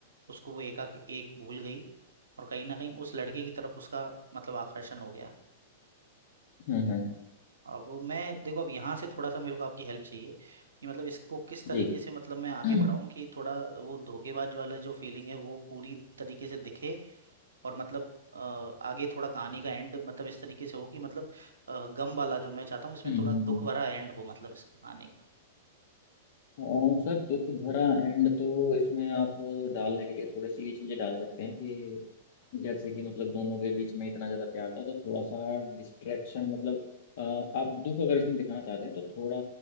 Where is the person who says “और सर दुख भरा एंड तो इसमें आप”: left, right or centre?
Left